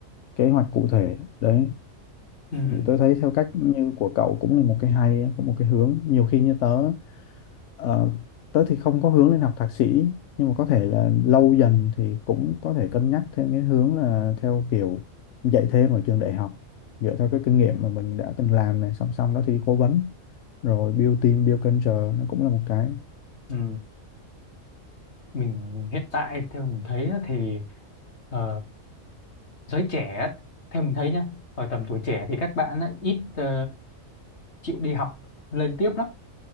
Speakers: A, on the left; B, on the left.
A: kế hoạch cụ thể đấy
B: ừ.
A: Ừ, Tôi thấy theo cách như của cậu cũng là một cái hay, cũng một cái hướng. Nhiều khi như tớ, ờ, tớ thì không có hướng lên học thạc sĩ, nhưng mà có thể là lâu dần thì cũng có thể cân nhắc thêm cái hướng là theo kiểu dạy thêm ở trường đại học, dựa theo
B: Ừ.
A: cái kinh nghiệm mà mình đã từng làm này, song song đó thì cố vấn, rồi build team, build culture, nó cũng là một cái
B: Ừ. mình hiện tại theo mình thấy á, thì ờ, giới trẻ á, theo mình thấy nhá ở tầm tuổi trẻ thì các bạn á, ít ờ, chịu đi học lên tiếp lắm